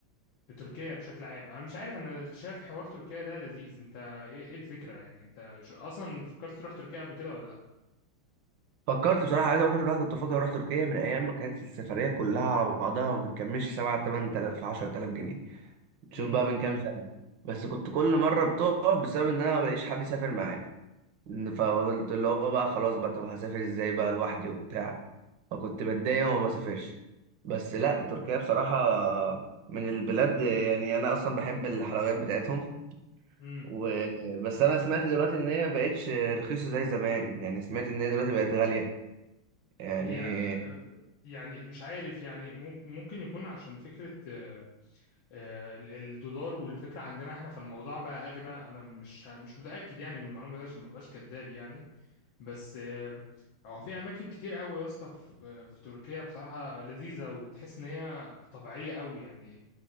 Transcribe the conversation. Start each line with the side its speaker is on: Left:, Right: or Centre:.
Left: في تركيا بشكل عام انا مش عارف انا شايف حوار تركيا ده لذيذ انت ايه إيه الفكره يعني انت ش- اصلا فكرت تروح تركيا قبل كده ولا لا
Right: فكرت بصراحة عايز أقول لك إن أنا كنت فاكر أروح تركيا من أيام ما كانت السفرية كلها على بعضها ما بتكملش سبعة تمن تلاف عشرة تلاف جنيه شوف
Left: امم
Right: بقى من كام سنة بس كنت كل مرة بتقف بسبب إن أنا ما بلاقيش حد يسافر معايا فقلت اللي هو بقى خلاص بقى طب هسافر إزاي بقى لوحدي وبتاع فكنت بتضايق وما بسافرش بس لا تركيا بصراحة من البلاد يعني أنا أصلا بحب الحلويات بتاعتهم
Left: امم
Right: و... بس انا سمعت دلوقتي ان هي بقتش رخيصه زي زمان يعني سمعت ان هي دلوقتي بقت غاليه يعني
Left: هي آه، يعني مش عارف يعني مم- ممكن يكون عشان فكره آه، آه، ال- الدولار والفكرة عندنا احنا فالموضوع بقى اغلى انا مش مش متأكد يعني من المعلومة دي عشان ما بقاش كداب يعني بس آه، هو في اماكن كتير قوي يا اسطى في في تركيا بصراحة لذيذة وتحس ان هي طبيعية قوي يعني